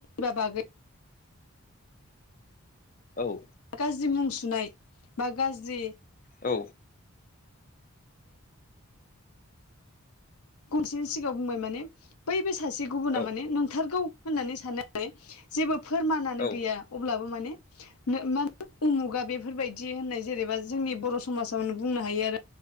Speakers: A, on the left (about 80°); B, on the left (about 35°).
A: बा बागै
B: औ
A: गाज्रि मुं सुनाय बा गाज्रि
B: औ।
A: गुबुन सासेनि सिगाङाव बुंबाय माने बैबो सासे गुबुना
B: औ
A: माने नंथारगौ होननानै सानो <inaudible> जेबो फोरमानानो
B: औ
A: गैया। अब्लाबो माने <unintelligible> उमुगा बेफोरबायदि होननाय जेनेबा जोंनि बर' समाजाव बुंनो हायो आरो,